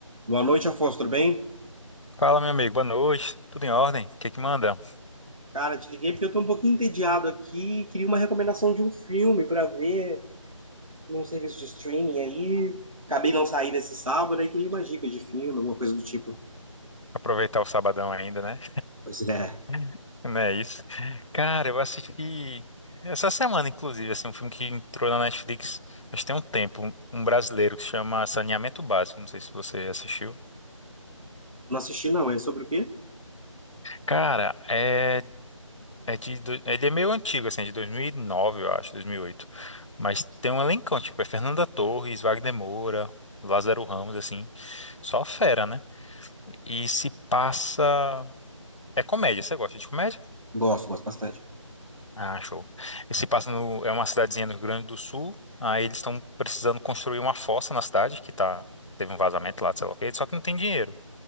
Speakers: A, on the right; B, on the left.
A: Boa noite, Afonso, tudo bem?
B: Fala, meu amigo, boa noite. Tudo em ordem? O que que manda?
A: Cara, te liguei porque eu tô um pouquinho entediado aqui, queria uma recomendação de um filme para ver num serviço de streaming aí. Acabei não saindo esse sábado, aí queria uma dica de filme, alguma coisa do tipo.
B: Aproveitar o sabadão ainda, né?
A: Pois é,
B: <laughs> Não é isso? Cara, eu assisti essa semana, inclusive, assim, um filme que entrou na Netflix, acho que tem um tempo, um um brasileiro que se chama Saneamento Básico, não sei se você assistiu.
A: não assisti não, é sobre o quê?
B: Cara, é, é de, do- ele é meio antigo, assim, é de 2009, eu acho, 2008. Mas tem um elencão, tipo, é Fernanda Torres, Wagner Moura, Lázaro Ramos, assim, só fera, né? E se passa... É comédia, você gosta de comédia?
A: Gosto, gosto bastante.
B: Ah, show. E passa no, é uma cidadezinha no Rio Grande do Sul, aí eles estão precisando construir uma fossa na cidade, que tá, teve um vazamento lá, sei lá o quê, só que não tem dinheiro.